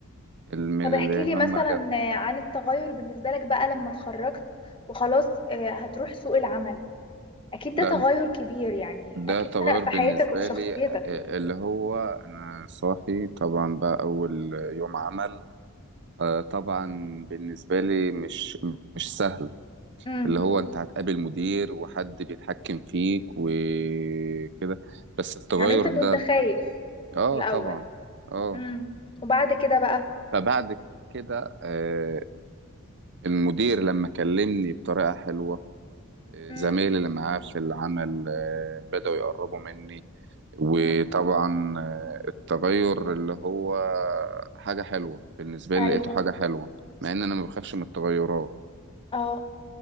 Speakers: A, on the right; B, on the left.
A: الم- اللي
B: طب احكي لي
A: هم
B: مثلا
A: جنبي
B: آه، عن التغير بالنسبة لك بقى لما اتخرجت وخلاص آه، هتروح سوق العمل اكيد ده
A: لا
B: تغير كبير يعني
A: ده
B: اكيد
A: تغير
B: فرق في
A: بالنسبه
B: حياتك وفي شخصيتك
A: لي اللي هو انا صاحي طبعا بقى اول يوم عمل آه، طبعا بالنسبه لي مش مش سهل
B: امم
A: اللي هو انت هتقابل مدير وحد بيتحكم فيك وكده بس التغير
B: يعني انت كنت
A: ده
B: خايف
A: اه
B: في الاول
A: طبعا اه
B: امم وبعد كده بقى
A: فبعد كده آه المدير لما كلمني بطريقة حلوة آه،
B: امم
A: زمايلي اللي معاه في العمل آه بدأوا يقربوا مني وطبعا
B: امم
A: آه التغير اللي هو حاجة حلوة بالنسبة
B: ايوه
A: لي لقيته حاجة حلوة مع ان انا ما بخافش من التغيرات
B: اه